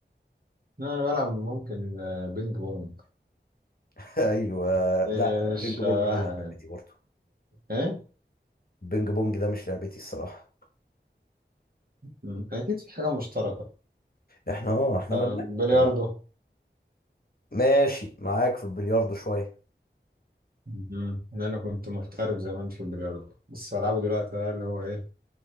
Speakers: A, on the right (about 50°); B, on the left (about 50°).
A: لا أنا بلعب ممكن آه، بينج بونج
B: <laughs> ايوه لا
A: إيش
B: بينج
A: شبهها
B: بونج ده مش لعبتي برضه
A: ايه
B: بينج بونج ده مش لعبتي الصراحه
A: مم. اكيد في حاجه مشتركه
B: احنا اه احنا
A: آه،
B: مالناش
A: بلياردو
B: آه، ماشي معاك في البلياردو شويه
A: مم. إن أنا كنت محترف زمان في البلياردو بس بلعبه دلوقتي بقى اللي هو إيه